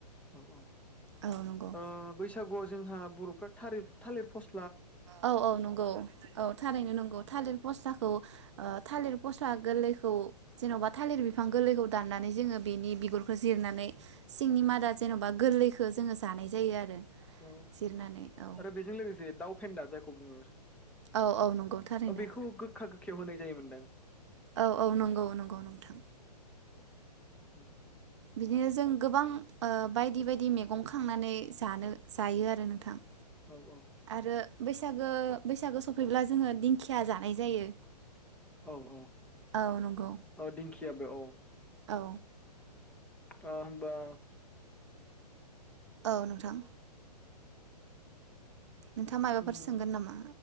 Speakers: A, in the centre; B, on the right (about 45°).
A: औ औ
B: औ नंगौ।
A: ओ बैसागुआव जोंहा बर'फ्रा। थारिफ थालिर फस
B: औ औ नंगौ औ थारैनो नंगौ थालिर फस्थाखौ थालिर फस्ला गोरलैखौ जेन'बा थालिर बिफां गोरलैखौ दाननानै जोङो बेनि बिगुरखौ जिरनानै सिंनि मादा जेन'बा गोरलैखौ जोङो जानाय जायो आरो
A: औ
B: जिरनानै औ
A: आरो बेजों लोगोसे दाउ फेन्दा जाय खौ बुङो।
B: औ औ नंगौ थारैनो।
A: बेखौ गोखा गोखयाव होनाय जायोमदां।
B: औ औ नंगौ औ नंगौ नोंथां।
A: ओम।
B: बिदिनो जों गोबां ओ बायदि बायदि मैगं खांनानै जानो जायो आरो नोंथां।
A: औ औ।
B: आरो बैसागो बैसागो सफैब्ला जोङो दिंखिया जानाय जायो।
A: औ औ
B: औ नंगौ
A: औ दिंखियाबो औ।
B: औ
A: ओ होनबा।
B: औ नोंथां। नोंथाङा माबाफोर
A: उम
B: सोंगोन नामा